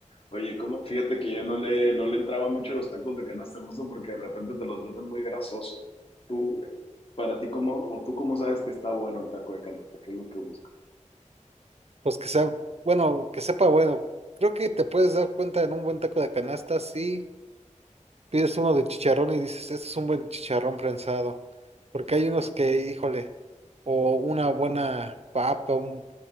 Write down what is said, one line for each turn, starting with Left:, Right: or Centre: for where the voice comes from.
Left: Oye, ¿cómo? Fíjate que yo no le, no le entraba mucho a los tacos de canasta justo porque de repente te los venden muy grasosos. Tú, para ti, ¿cómo, o tú cómo sabes que está bueno el taco de canasta? ¿Qué es lo que buscas?
Right: Pues que sea, bueno, que sepa, bueno, creo que te puedes dar cuenta en un buen taco de canasta, sí pides uno de chicharrón y dices, este es un buen chicharrón prensado. Porque hay unos que, híjole, o una buena papa, un-